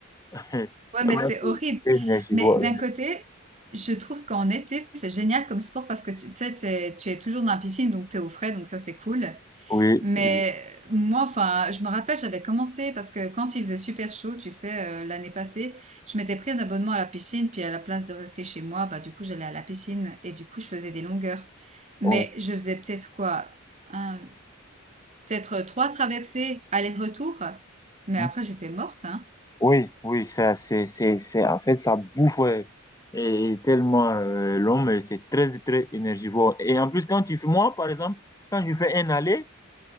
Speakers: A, on the left; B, on the right.
A: <laughs>
B: Ouais,
A: Ouais.
B: mais
A: Tellement
B: c'est
A: Ouais. c'est-
B: horrible.
A: c'était énergivore.
B: Mais d'un côté, je trouve qu'en été, c'est génial comme sport parce que tu tu sais, t'es- tu es toujours dans la piscine, donc t'es au frais, donc ça c'est cool.
A: Oui,
B: Mais
A: oui,
B: moi, enfin, je me rappelle, j'avais commencé parce que quand il faisait super chaud, tu sais, euh, l'année passée, je m'étais pris un abonnement à la piscine, puis à la place de rester chez moi, bah du coup, j'allais à la piscine et du coup, je faisais des longueurs. Mais
A: oui.
B: je faisais peut-être quoi, un, peut-être trois traversées aller-retour. Mais
A: Hmm.
B: après, j'étais morte, hein.
A: Oui, oui, ça, c'est, c'est, c'est, en fait, ça bouffe, ouais. Et et tellement euh, l'homme, euh, c'est très, très énergivore. Et en plus, quand tu fais, moi, par exemple, quand je fais un aller,